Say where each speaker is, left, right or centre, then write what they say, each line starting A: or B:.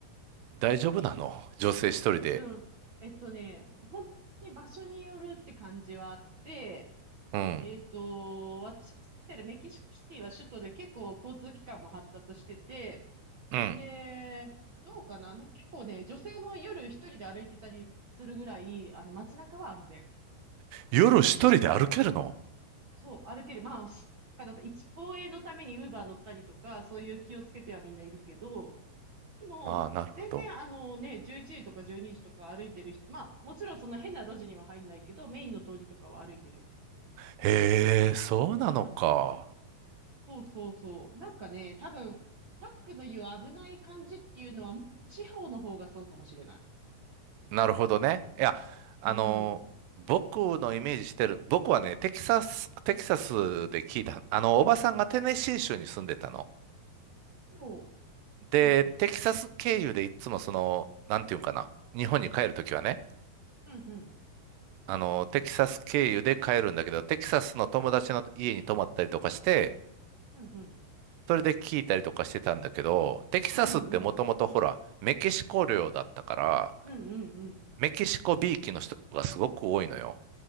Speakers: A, on the right; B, on the right.
A: 大丈夫なの女性一人で。
B: うん。えっとね、本当に場所によるって感じはあって、
A: うん。
B: えっと、私が住んでるメキシコシティは首都で結構交通機関も発達してて、
A: うん。
B: んで、どうかな、なんか結構ね、女性も夜一人で歩いてたりするぐらい、あの街中は安全。
A: 夜一人で歩けるの
B: そう、歩ける。まあ、しだと一応衛のためにウーバー乗ったりとか、そういう気をつけてはみんないるけど、でも、
A: ああ、なるほど。
B: 全然あのね、11時とか12時とか歩いてる人、まあ、もちろんそんな変な路地には入んないけど、メインの通りとかは歩いてるよ。
A: へえ、そうなのか。
B: うん。そうそうそう。なんかね、多分、タックの言う危ない感じっていうのは、もう地方の方がそうかもしれない。
A: なるほどね。
B: うん。
A: いや、あの僕のイメージしてる、
B: うん。
A: 僕はね、テキサス、テキサスで聞いた、あの、おばさんがテネシー州に住んでたの。
B: そ
A: で、
B: ううん。
A: テキサス経由でいつもその、なんていうんかな、日本に帰るときはね、
B: うんうん。
A: あの、テキサス経由で帰るんだけど、テキサスの友達の家に泊まったりとかして、
B: うんうん。
A: それで聞いたりとかしてたんだけど、テキサスってもともとほら、
B: うんうん。
A: メキシコ領だったから、
B: うんうん
A: メキシコびいきの人がすごく多いのよ。